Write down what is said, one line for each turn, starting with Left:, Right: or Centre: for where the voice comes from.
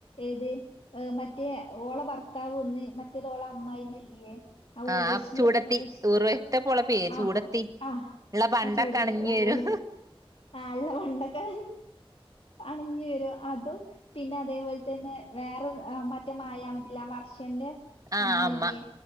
Left: ഏത് മറ്റേ ഓള ഭർത്താവ് ഒന്ന് മറ്റതോള അമ്മായിമല്ല്യേ ആ
Right: ആഹ്
Left: ഊർവശിയോ
Right: ചൂടത്തി
Left: ഊർവശിയോ
Right: ഉറുവത്തെ പൊളപ്പേ
Left: ആഹ്
Right: ചൂടത്തി
Left: ആഹ്
Right: ഇള്ള പണ്ടൊക്കെ
Left: ആ ചൂടത്തി
Right: അണഞ്ഞ്
Left: ഓളും
Right: വരും
Left: ആള്ള വണ്ടൊക്കെ അണിഞ്ഞു വരും അതും പിന്നെ അതേപോൽ തന്നെ വേറെ ആ മറ്റേ മായമതില്ലെ ആ വർഷന്റെ
Right: ആഹ്
Left: അമ്മല്ല്യേ
Right: അമ്മ